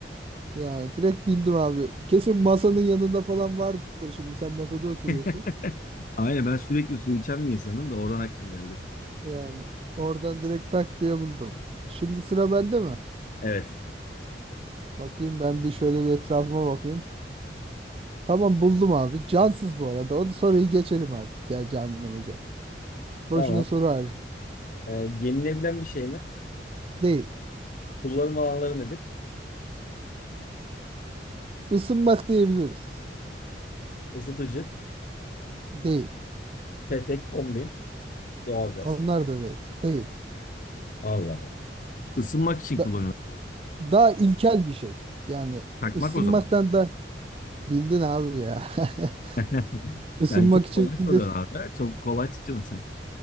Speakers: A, on the right; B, on the left.
A: Ya direkt bildim abi. Kesin masanın yanında falan vardır şimdi. Sen masada oturuyorsun.
B: <laughs> Aynen ben sürekli su içen bir insanım da oradan aklıma geldi.
A: Yani oradan direkt tak diye buldum. Şimdi sıra bende mi?
B: Evet.
A: Bakayım ben bir şöyle bir etrafıma bakayım. Tamam buldum abi. Cansız bu arada. O da soruyu geçelim artık ya canlı mı? can- Boşuna
B: Tamam.
A: soru harcı.
B: Ee, yenilebilen bir şey mi?
A: Değil.
B: Kullanım alanları nedir?
A: Isınmak diyebiliriz.
B: Isıtıcı.
A: Değil.
B: Petek, kombi, doğalgaz.
A: Onlar da değil. Değil.
B: Allah Allah. Isınmak için
A: Da-
B: kullanıyoruz bunu.
A: daha ilkel bir şey. Yani
B: Takmak
A: ısınmaktan
B: o zaman.
A: da bildin abi ya. <laughs>
B: <laughs>
A: Isınmak
B: Sen çok
A: için
B: kolay soruyorsun
A: de
B: abi. ha. Çok kolay tutuyorsun sen.